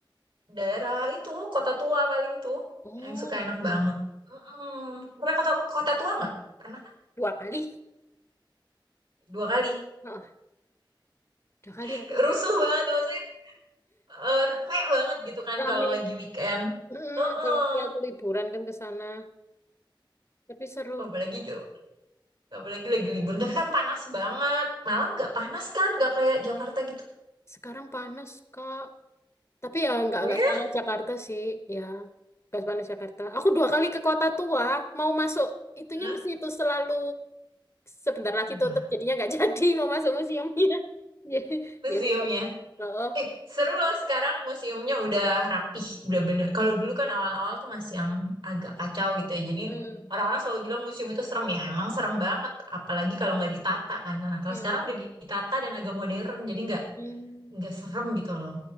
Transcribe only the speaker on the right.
Daerah itu, kota tua paling tuh.
Yang suka
enak banget. Mm-mm. Pernah ke to- kota tua nggak? Pernah kan?
Dua kali.
<laughs>
Rusuh banget maksudnya. eh, rame banget gitu kan
kalau lagi weekend.
Heeh.
Apalagi gitu, Apalagi lagi libur. Tapi kan panas banget. Malang nggak panas kan? Nggak kayak Jakarta gitu.
Oh
ya?
Hah?
Apa?
Museumnya.
Eh, seru loh sekarang museumnya udah rapih, udah bener. Kalau dulu kan awal-awal tuh masih yang agak kacau gitu ya. Jadi
orang-orang selalu bilang museum itu serem ya. Emang serem banget, apalagi kalau nggak ditata kan. Nah, kalau
sekarang udah ditata dan agak modern, jadi nggak
nggak serem gitu loh